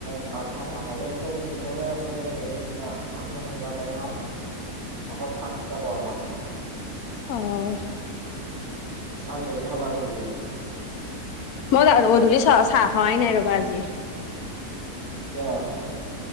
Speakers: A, on the right; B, on the left.
A: ভাত মানে হ'লে, চব দিনৰে আছে এইগিলা আঞ্জা- চঞ্জা টেঙাৰ। অকল ভাত কিটা বহালা।
B: অহ,
A: চাহ কিহেদি খালা বোলে?
B: মই গধূলি চ চাহ খোৱাই নাই ৰ'বা আজি।
A: কিয়?